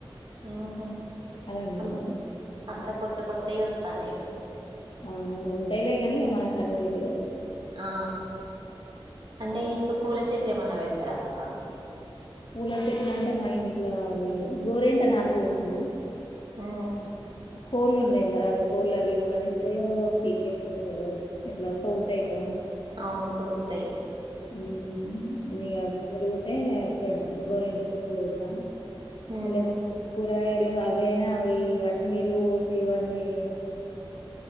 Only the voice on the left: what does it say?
అని అన్నాడు
వాడు
ఆ ఉంటాలే కాని మనకు అన్ని తెలియదు
పూల పెట్లు అంటే మా ఇంట్లో అవి గోరేంట నారు పోసిన
కోళ్ళు ఉన్నాయి మరి అవి కోళ్ళు అవి ఉండనిస్తాయో పీకేస్తాయో తెలవదు ఎట్లా <unintelligible>
ఉమ్ ఇగ దొరికితే పెడదాం గోరింటా చెట్లు పెడతాం
మల్లా కూరగాయలు అవైనా అవి వటి నీళ్ళుసివన్నీ